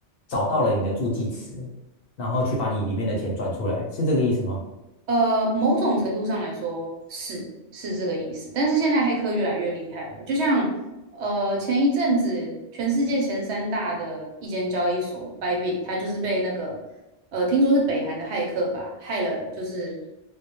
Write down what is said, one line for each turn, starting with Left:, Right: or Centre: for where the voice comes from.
Left: 找到了你的助记词，然后去把你里面的钱转出来，是这个意思吗？
Right: 呃，某种程度上来说是是这个意思，但是现在黑客越来越厉害了，就像呃前一阵子全世界前三大的一间交易所 Bybit，它就是被那个呃听说是北韩的骇客吧，害了就是